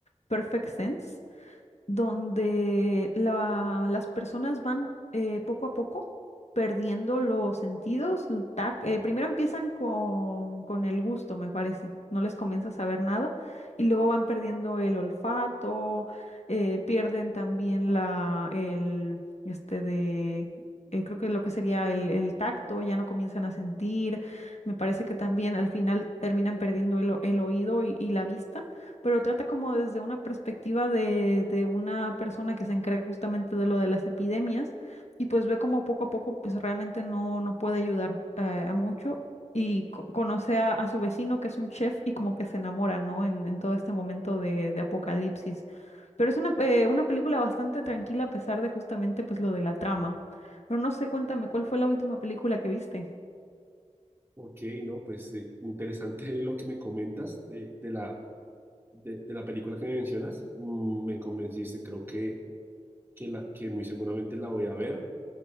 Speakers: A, on the left (about 65°); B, on the right (about 20°).
A: Perfect Sense donde la- las personas van eh, poco a poco perdiendo los sentidos. el tac- eh, primero empiezan con, con el gusto, me parece, no les comienza a saber nada, y luego van perdiendo el olfato, eh, pierden también la, el, este de... eh, creo que lo que sería el, el tacto, ya no comienzan a sentir. Me parece que también al final terminan perdiendo el, o- el oído y y la vista pero trata como desde una perspectiva de, de una persona que se encarga justamente de lo de las epidemias y pues ve como poco a poco pues realmente no, no puede ayudar eh, a mucho y co- conoce a, a su vecino que es un chef y como que se enamora, ¿no? En, en todo este momento de, de apocalipsis. Pero es una, eh, una película bastante tranquila a pesar de justamente pues lo de la trama. Pero no sé, cuéntame, ¿cuál fue la última película que viste?
B: Ok, no, pues eh, interesante <laughs> lo que me comentas de, de la de, de la película que me mencionas, mm, me convenciste, creo que, que, la, que muy seguramente la voy a ver.